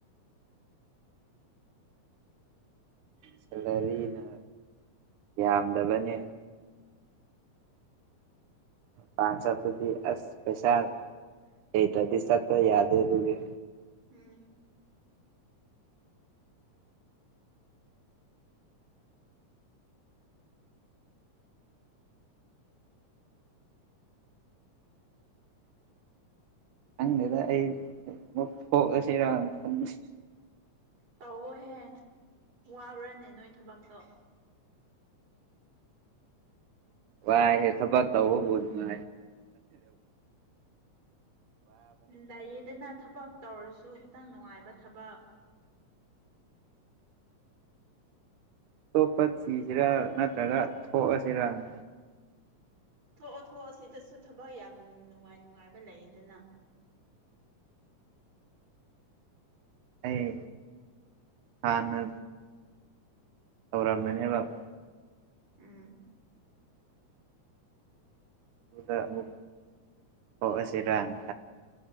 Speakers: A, on the right (about 90°); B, on the right (about 65°).
A: ꯁꯦꯂꯔꯤꯅ ꯌꯥꯝꯗꯕꯅꯦ ꯄꯥꯟꯁꯗꯤ ꯁꯄꯦꯁꯜ ꯑꯩ ꯇꯗꯤꯁ ꯌꯥꯗꯦ ꯇꯒ
B: ꯎꯝ
A: ꯍꯪꯗ ꯑꯩꯒ ꯁꯤꯔ ꯈꯟꯕꯅꯦ
B: ꯇꯧꯑꯣꯍꯦ ꯋꯥꯕ꯭ꯔꯥꯅꯦ ꯅꯣꯏ ꯊꯕꯛꯇꯣ
A: ꯋꯥ ꯍꯦ ꯊꯕꯥꯛ ꯇꯥꯎꯕꯨ ꯊ
B: ꯂꯩꯌꯦꯗꯅ ꯊꯕꯛ ꯇꯧꯔꯁꯨ ꯈꯤꯇꯪ ꯅꯨꯡꯉꯥꯏꯕ ꯊꯕꯛ
A: ꯄ ꯁꯤꯔ ꯅꯠꯇ ꯊꯣꯛ ꯁꯤꯔ ꯅ
B: ꯊꯣꯛꯑꯣ ꯊꯣꯛꯑꯣ ꯁꯤꯗꯁꯨ ꯊꯕꯛ ꯌꯥꯝ ꯅꯨꯡꯉꯥꯏ ꯅꯨꯡꯉꯥꯏꯕ ꯂꯩ ꯑꯗꯨꯅ <unintelligible>
A: ꯑꯦ ꯍ ꯅ ꯍꯧꯔꯝꯕꯅꯦꯕꯕ
B: ꯎꯝ
A: ꯑꯗꯨꯗꯛ ꯁꯤꯔꯅ